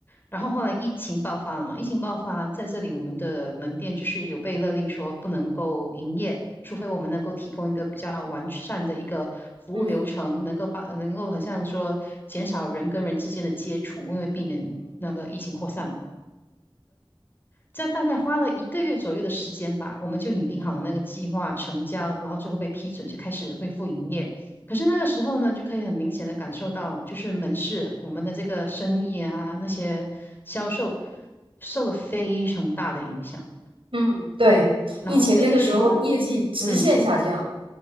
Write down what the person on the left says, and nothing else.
然后后来疫情爆发了嘛，疫情爆发在这里，我们的门店就是有被勒令说不能够营业，除非我们能够提供一个比较完善的一个服务流程，
能够把能够好像说减少人跟人之间的接触，因为避免那个疫情扩散嘛。
在大概花了一个月左右的时间吧，我们就拟定好了那个计划，成交，然后最后被批准，就开始恢复营业。可是那个时候呢，就可以很明显的感受到，就是门市我们的这个生意啊，那些销售受了非常大的影响。
然后那个时候，
嗯。